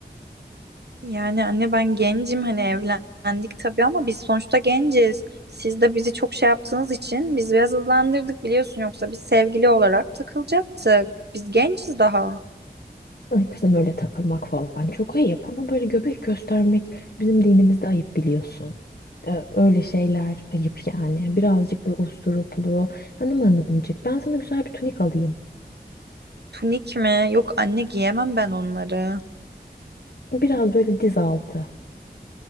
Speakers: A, on the right; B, on the left.
A: Yani anne ben gencim hani evlendik tabii ama biz sonuçta genciz. Siz de bizi çok şey yaptığınız için biz biraz hızlandırdık biliyorsun yoksa biz sevgili olarak takılacaktık. Biz genciz daha.
B: Ay kızım öyle takılmak falan çok ayıp ama böyle göbek göstermek bizim dinimizde ayıp biliyorsun. Ee, öyle şeyler ayıp yani. Birazcık böyle usturuplu. Hanım hanımcık ben sana güzel bir tunik alayım.
A: Tunik mi? Yok anne giyemem ben onları.
B: Biraz böyle diz altı.